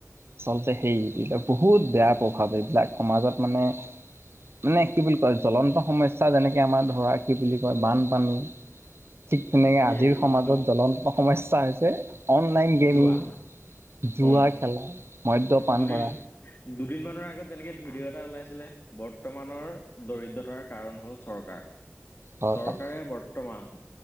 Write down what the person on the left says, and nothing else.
কি
হেৰি
জু
যোৱা
উম
দুদিন।
দুদিন মানৰ আগত যেনেকে ভিডিঅ' এটা ওলাইছিলে বৰ্তমানৰ দৰিদ্ৰতাৰ কাৰণ হ'ল চৰকাৰ,
চৰকাৰে
বৰ্তমান,